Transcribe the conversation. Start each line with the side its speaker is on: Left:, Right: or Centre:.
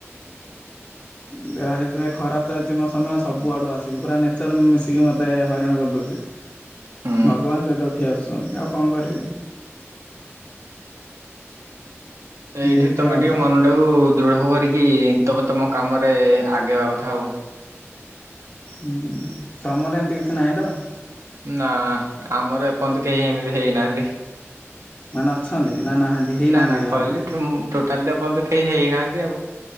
Left: ଯାହା ହେଇଥିଲା ଖରାପ ଚାଲିଚି ମୋ ସମୟ ସବୁ ଆଡୁ ଆସିକି ପୁରା ନେଚର ମିଶିକି ମୋତେ ହଇରାଣ କରିଦଉଚି।
Right: ହୁଁ।
Left: ଭଗବାନ ସହିତ ଉଠି ଆସୁଛନ୍ତି, ଆଉ କଣ କରିବି।
Right: ଏଇଠି
Left: ଏମିତି
Right: ତୋମେ
Left: ଆଉ।
Right: ଟିକେ ମନ ନକୁ ଦୃଢ଼ କରିକି ତୋମେ ତୋମ କାମରେ ଆଗେଇବା କଥା ଆଉ।
Left: ଉଁ, ତୋମର ଏମିତି କିଛି ନାହିଁ ତ?
Right: ନା ଆମର ଏପର୍ଯ୍ୟନ୍ତ କେହି ଏମିତି ହେଇନାହାନ୍ତି।
Left: ମାନେ ଅଛନ୍ତି ନା ନାହାନ୍ତି ହେଇନାହାନ୍ତି
Right: ନା ନା
Left: କଣ?
Right: କହିଲି ଟୋଟାଲି ତ ଏପନ୍ତ ତ କେହି ହେଇନାହାନ୍ତି ଆଉ।